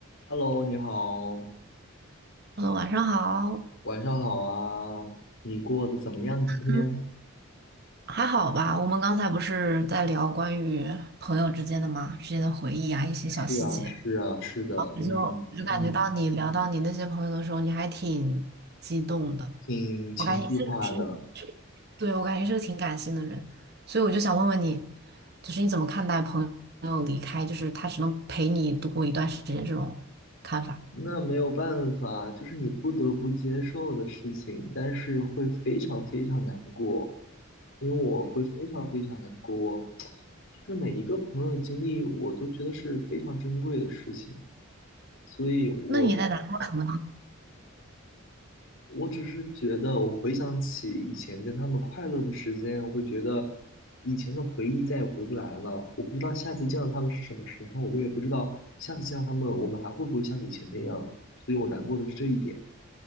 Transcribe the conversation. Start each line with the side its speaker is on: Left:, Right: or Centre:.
Left: Hello，你好，
Right: hello，晚上好，
Left: 晚上好啊，你过得怎么样？今天
Right: 嗯，还好吧。我们刚才不是在聊关于朋友之间的嘛，之间的回忆啊，一些小细节。
Left: 是啊，是啊，是的，
Right: 然后我就我就感觉到你聊到你那些朋友的时候，
Left: 嗯嗯，
Right: 你还挺激动的。
Left: 挺情绪化的，
Right: 我感觉你是个挺，对，我感觉你是个挺感性的人，所以我就想问问你，就是你怎么看待朋友离开，就是他只能陪你度过一段时间这种看法？
Left: 那没有办法，就是你不得不接受的事情，但是会非常非常难过，因为我会非常非常难过，我 <tsk> 就是每一个朋友的经历，我都觉得是非常珍贵的事情，所以我
Right: 那你在难过什么呢？
Left: 我只是觉得，我回想起以前跟他们快乐的时间，我会觉得以前的回忆再也回不来了。我不知道下次见到他们是什么时候，我也不知道下次见到他们，我们还会不会像以前那样。所以我难过的是这一点。